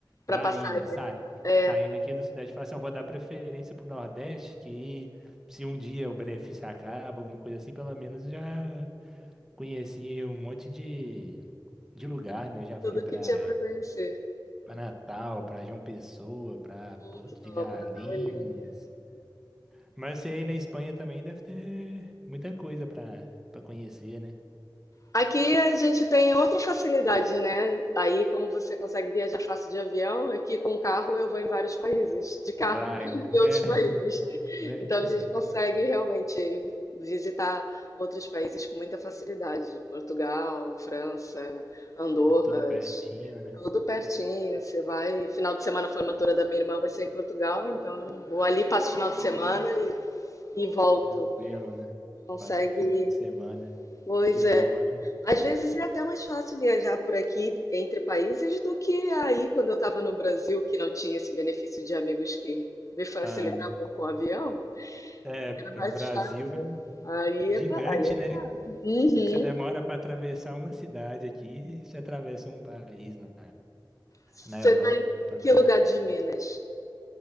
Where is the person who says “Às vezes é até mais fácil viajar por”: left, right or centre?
Left